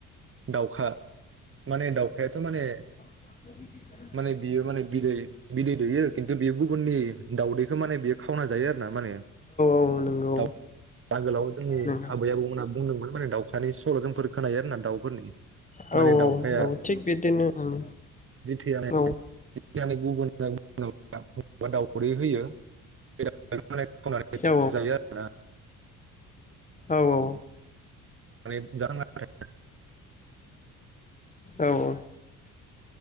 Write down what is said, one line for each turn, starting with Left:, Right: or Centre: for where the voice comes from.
Right: दावखा माने दाउखायाथ' माने
Left: <unintelligible>
Right: माने बियो माने बिदै बिदै दैयो खिन्थु बेगु गुबुननि दावदैखौ माने बियो खावना जायो आर माने
Left: औ नंगौ
Right: दाव आगोलाव जोंनि
Left: नंगौ
Right: आबै आबौमोनहा बुंदोंमोन माने दावखानि स सल' जोंफोर खोनायो आरो ना दाउफोरनि
Left: औ
Right: माने दाउखाया
Left: औ थिग बिदिनो ओं
Right: <unintelligible>
Left: औ
Right: दाउदै होयो <unintelligible> खावनानै
Left: औ
Right: जायो आरोना
Left: औ औ
Right: माने <unintelligible>
Left: औओ